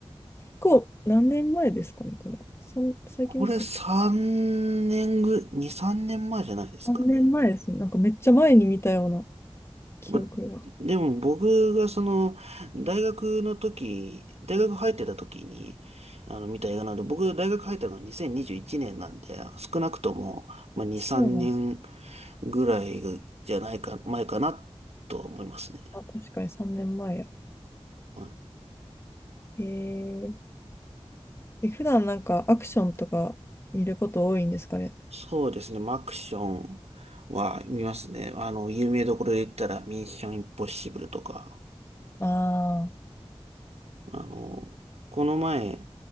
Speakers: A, on the left (about 25°); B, on the right (about 75°).
A: こう、何年前ですかね、これ。そん最近でしたっけ
B: これ3年ぐ、2、3年前じゃないですかね。
A: ?3 年前ですね。なんかめっちゃ前に見たような記憶が。
B: までも僕がその、大学の時、大学入ってた時に、あの、見た映画なんで、僕大学入ったのが2021年なんで、少なくとも、まあ、2、
A: そうなんだ
B: 3年ぐらいじゃないか、前かなとは思いますね。
A: あ、確かに3年前や。
B: うん
A: えー、え普段なんかアクションとか見ること多いんですかね
B: そうですね。マクションは見ますね。あの、有名どころで言ったら、ミッションインポッシブルとか、
A: あ
B: あの、この前、